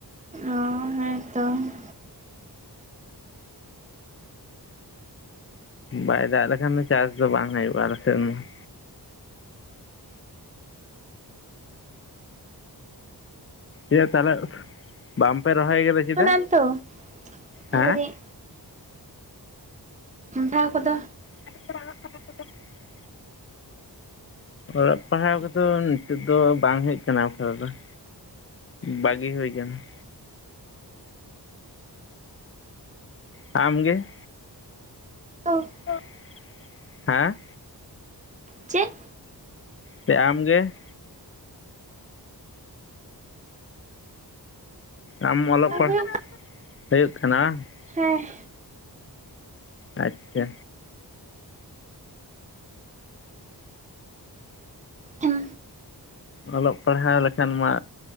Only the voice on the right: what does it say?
ᱚ ᱦᱮᱸᱛᱚ ᱾
<unintelligible> ᱛᱚ ᱞᱟᱹᱭ
ᱫᱤᱧ ᱴᱷᱟᱶ ᱠᱚᱫᱚ
<unintelligible>
ᱪᱮᱫ?
ᱦᱩᱭᱩᱜ
ᱦᱮᱸ᱾
ᱦᱮᱸ